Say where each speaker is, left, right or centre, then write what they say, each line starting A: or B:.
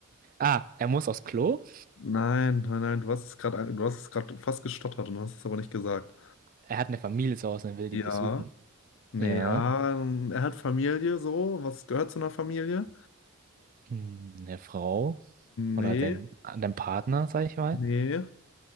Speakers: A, on the right (about 40°); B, on the left (about 65°).
A: Ah, er muss aufs Klo?
B: Nein, nein, nein, du hast es gerade, du hast es gerade fast gestottert und hast es aber nicht gesagt.
A: Er hat eine Familie zu Hause und will
B: Ja,
A: die besuchen.
B: nee,
A: Ja.
B: ja, ähm, er hat Familie so. Was gehört zu einer Familie?
A: hm, eine Frau oder
B: Nee,
A: dein, dein Partner, sag ich mal,
B: nee.